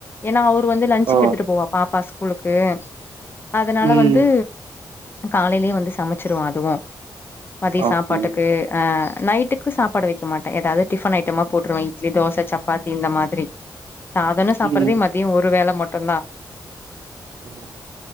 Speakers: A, on the left; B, on the right.
A: ஏன்னா அவரு வந்து லன்ச்சுகு
B: ஓ
A: எடுத்துட்டு போவா பாப்பா ஸ்கூலுக்கு அதனால
B: ம்
A: வந்து காலையிலயே வந்து சமச்சிருவோ அதுவு மதிய
B: ஓகே
A: சாப்பாட்டுக்கு அ நைட்டுக்கு சாப்பாடு வெக்க மாட் ஏதாவது டிஃபன் ஐட்டமா போட்டுருவே இட்லி தோச சப்பாத்தி இந்த மாதிரி சாதன்னு சாப்பிடறதே
B: ம்
A: மத் தி ஒரு வேல மட்டுந்தா
B: இல்லல்லே